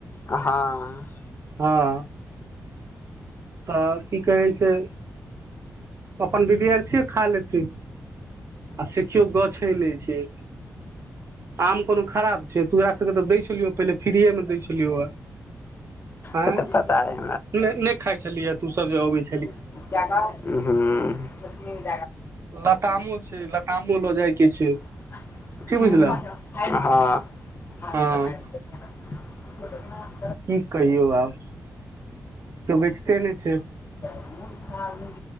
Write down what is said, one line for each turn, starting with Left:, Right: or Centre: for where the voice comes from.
Left: हँ
Right: हँ तऽ की कहै छै अपन विद्यार्थी खा लेती आ से केओ गछय नहि छै आम कोनो खराब छै तोरा सबकेऽ बै छलिय पहिले फ्रीए मे दै छलियौ हँ
Left: से तऽ पता हइ
Right: नहि खाइ छलियै तूस जे आबय
Left: ह्म
Right: छिहि लतामो छै लतामो लऽ जाइके छै
Left: हँ
Right: की बुझलह
Left: <inaudible>
Right: हँ की कहियौ आब केओ बेचिते नहि छै
Left: <inaudible>